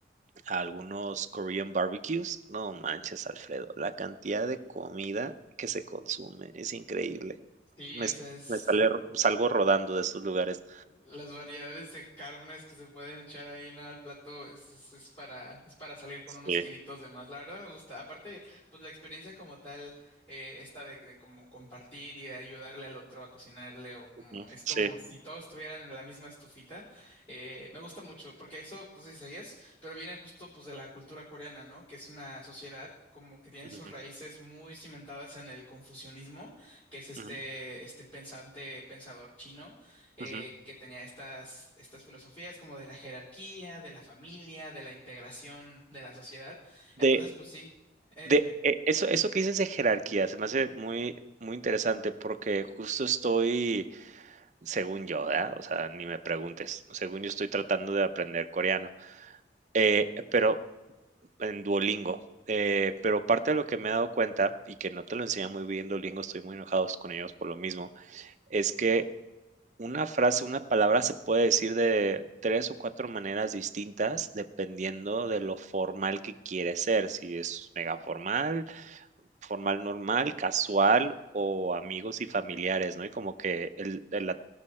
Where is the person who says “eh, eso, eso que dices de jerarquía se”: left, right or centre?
Right